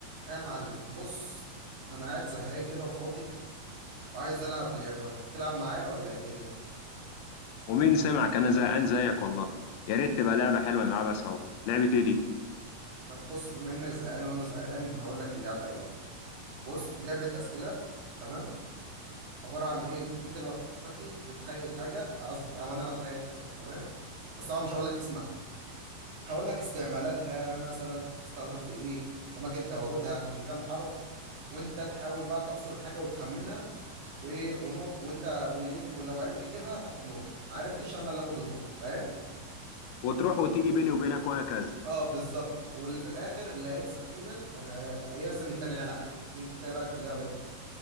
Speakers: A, on the right (about 70°); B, on the left (about 85°).
A: يا معلم بص انا قاعد زهقان كده وفاضي وعايز العب لعبه تلعب معايا ولا ايه الدنيا
B: ومين سمعك انا زهقان زيك والله يا ريت تبقى لعبه حلوه نلعبها سوا لعبه ايه دي
A: طب بص بما انك زهقان وانا زهقان هقول لك اللعبه ايه بص دي لعبه اسئله تمام عباره عن ايه انت دلوقتي بتتخيل حاجه قصدي او انا بتخيل حاجه تمام بس طبعا مش هقول لك اسمها هقول لك استعمالاتها مثلا تستخدم في ايه اماكن تواجدها من كام حرف وانت تحاول بقى تحصر الحاجه وتخمنها و- ونقط وانت والليك ولو عرفت تجيبها تاخد نقطه ما عرفتش انا اللي اخد النقطه فاهم
B: وتروح وتيجي بيني وبينك وهكذا
A: اه بالظبط واللي في الاخر اللي هيكسب فينا آه، يعزم التاني على حاجه انت ايه رايك في اللعبه دي